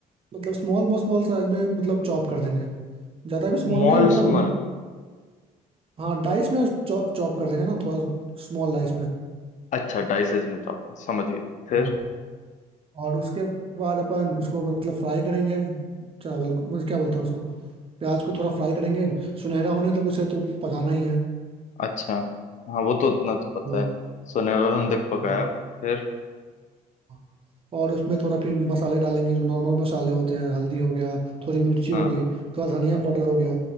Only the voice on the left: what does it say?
Mall
small
अच्छा डाइसेस में चॉपर समझ गया फिर
अच्छा हाँ वो तो उतना तो पता
है सोनेरों ने तक पकाया
फिर
हाँ